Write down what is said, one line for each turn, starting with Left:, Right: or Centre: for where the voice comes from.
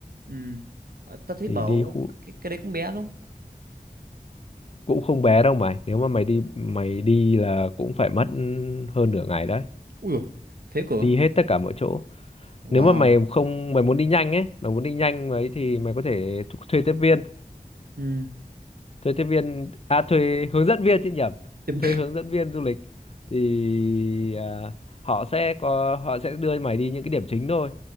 Right: ừ Ờ, tao thấy
Left: thì
Right: bảo
Left: đi khu
Right: cái, cái đấy cũng bé lắm
Left: cũng không bé đâu mày nếu mà mày đi mày đi là cũng phải mất hơn nửa ngày đấy
Right: Ui dồi, thế cửa
Left: đi hết tất cả mọi chỗ
Right: ừ wow
Left: nếu mà mày không mày muốn đi nhanh ấy mày muốn đi nhanh ấy thì mày có thể thuê tiếp viên
Right: ừ
Left: thuê tiếp viên à thuê hướng dẫn viên chứ nhầm
Right: Tiếp-
Left: thuê
Right: <laughs>
Left: hướng dẫn viên du lịch thì à, họ sẽ có họ sẽ đưa mày đi những cái điểm chính thôi